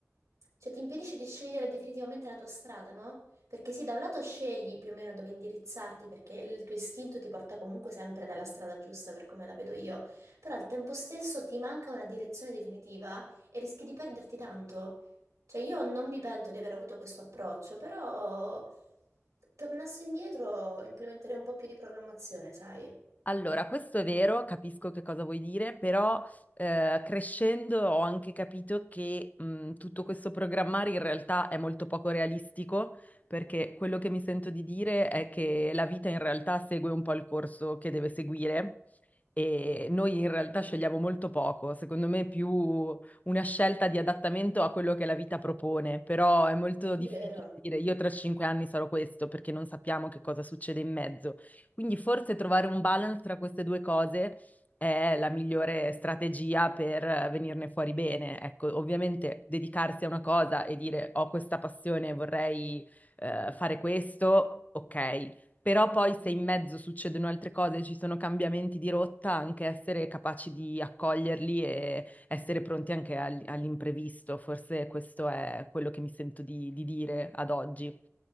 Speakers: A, on the right (about 80°); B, on the left (about 30°).
A: cioè, ti impedisce di scegliere definitivamente la tua strada, no? Perché sì, da un lato scegli più o meno dove indirizzarti, perché il tuo istinto ti porta comunque sempre dalla strada giusta, per come la vedo io, però al tempo stesso ti manca una direzione definitiva e rischi di perderti tanto. Cioè, io non mi pento di aver avuto questo approccio, però tornassi indietro implementerei un po' più di programmazione, sai?
B: Allora, questo è vero, capisco che cosa vuoi dire, però eh, crescendo ho anche capito che mh, tutto questo programmare in realtà è molto poco realistico, perché quello che mi sento di dire è che la vita in realtà segue un po' il corso che deve seguire e noi in realtà scegliamo molto poco, secondo me è più una scelta di adattamento a quello che la vita propone, però è molto
A: Vero.
B: difficile dire io tra cinque anni sarò questo perché non sappiamo che cosa succede in mezzo. Quindi forse trovare un balance tra queste due cose è la migliore strategia per venirne fuori bene. Ecco, ovviamente dedicarsi a una cosa e dire ho questa passione, vorrei eh, fare questo, ok, però poi se in mezzo succedono altre cose, ci sono cambiamenti di rotta, anche essere capaci di accoglierli e essere pronti anche all- all'imprevisto. Forse questo è quello che mi sento di, di dire ad oggi.